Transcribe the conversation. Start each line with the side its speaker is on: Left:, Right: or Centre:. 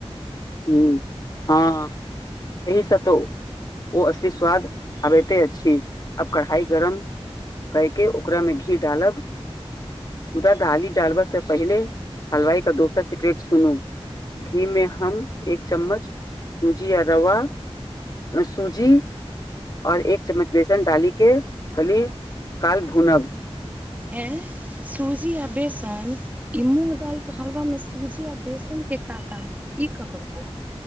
Left: ह हँ एहि सब तो ओ असली स्वाद आबते अछि अब कढ़ाई गरम कय के ओकरा में घी डालब मुदा दाली डालबा से पहिले हलवाई क दोसर सिक्रेट सुनू घी मे हम एक चम्मच सूजी य रवा सूजी आओर एक चम्मच बेसन डाली के कली काल भूनब
Right: हे सूजी आ बेसन ई मूँंग दाल के हलवा मे सूजी आ बेसन के का काम ई क करू